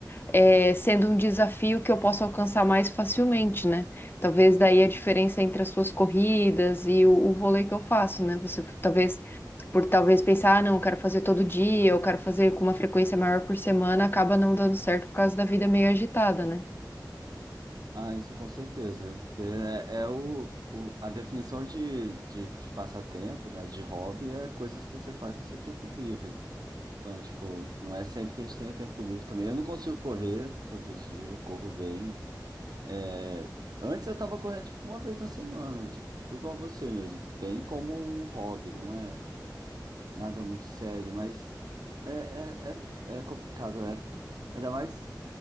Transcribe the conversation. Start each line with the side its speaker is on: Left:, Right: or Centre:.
Left: é, sendo um desafio que eu posso alcançar mais facilmente, né? Talvez daí a diferença entre as suas corridas e o, o vôlei que eu faço, né? Você talvez, por talvez pensar, ah, não, eu quero fazer todo dia, eu quero fazer com uma frequência maior por semana, acaba não dando certo por causa da vida meio agitada, né?
Right: Ah, isso com certeza. Porque é, é o, o- a definição de, de, de passatempo, né? De hobby é coisas que você faz no seu tempo livre. Então, tipo, não é sempre que a gente tem o tempo livre também. Eu não consigo correr todo dia, eu corro bem. É, antes eu estava correndo tipo, uma vez na semana, tipo igual você mesmo, bem como um hobby, não é nada muito sério, mas é, é, é, é complicado, né? Ainda mais